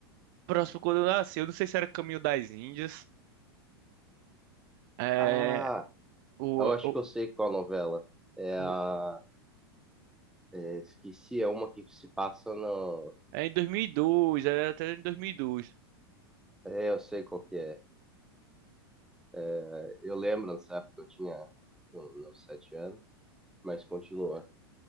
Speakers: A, on the right; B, in the centre.
A: próximo quando eu nasci, eu não sei se era Caminho das Índias. É,
B: Ah,
A: o,
B: eu acho
A: o,
B: que eu sei qual novela. É
A: o-
B: a. é, esqueci, é uma que se passa no.
A: é em 2002, era até em 2002.
B: É, eu sei qual que é. É, eu lembro nessa época eu tinha um, uns sete anos, mas continua.